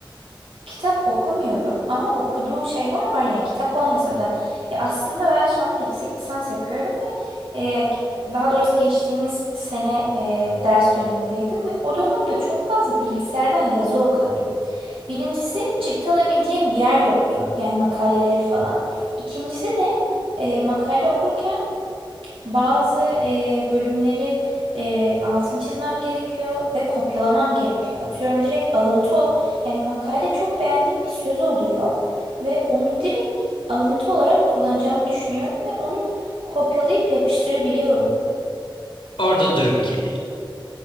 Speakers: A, on the right; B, on the left.
A: Kitap okumuyorum ama okuduğum şeyler var yani kitap olmasa da ya aslında ben şu anda yüksek lisans yapıyorum ve e, daha doğrusu geçtiğimiz sene e, ders dönemindeydim ve o dönemde çok fazla bilgisayardan yazı okuyordum. Birincisi çıktı alabileceğim bir yer yoktu yani makaleleri falan. İkincisi de e, makale okurken bazı e, bölümleri e, altını çizmem gerekiyor ve kopyalamam gerekiyor. Atıyorum direkt alıntı ol- yani makale çok beğendiğim bir söz oluyor ve onu direkt alıntı olarak kullanacağımı düşünüyorum ve onu kopyalayıp yapıştırabiliyorum.
B: Orada dur bir kere.